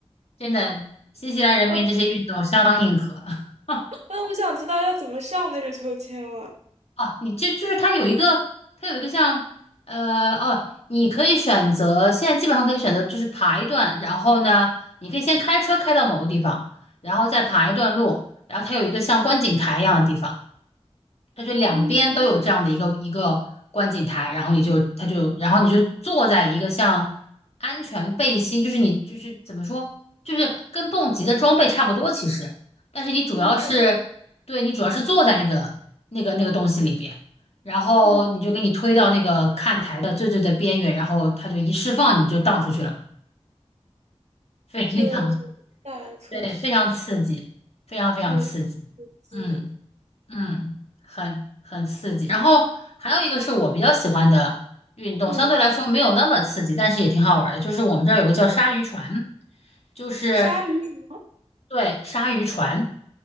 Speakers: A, on the left; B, on the right.
A: 真的，新西兰人民这些运动相当硬核。
B: 哦，
A: <laughs>
B: 那我想知道要怎么上那个秋千了。
A: 哦，你这就是它有一个，它有一个像呃哦，你可以选择，现在基本上可以选择就是爬一段，然后呢，你可以先开车开到某个地方，然后再爬一段路，然后它有一个像观景台一样的地方。它就两边都有这样的一个一个观景台，
B: 嗯
A: 然后你就它就然后你就坐在一个像安全背心，就是你就是怎么说，就是跟蹦极的装备差不多其实，但是你主要是对你主要是坐在那个
B: 嗯
A: 那个那个东西里边，然后你就给你推到那个看台的最最的边缘，
B: 嗯，
A: 然后它就一释放你就荡出去了嘛，非常
B: 就
A: <laughs>
B: 打出去，
A: 对非常刺激，非常非常刺激，
B: 有刺激。
A: 嗯。嗯，很很刺激。然后还有一个是我比较喜欢的运动，
B: 嗯，
A: 相对来说没有那么刺激，但是也挺好玩儿的。就是我们这儿有个叫鲨鱼船，
B: 嗯
A: 就是
B: 鲨鱼船，
A: 对鲨鱼船，